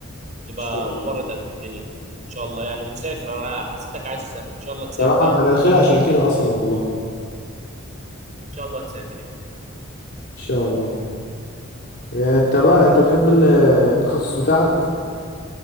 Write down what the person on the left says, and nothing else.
إن شاء الله
صراحة
أنا داخلها عشان كده أصلا والله إن
شاء الله آه، أنت بقى أنت بتحب ال- التخصص بتاعك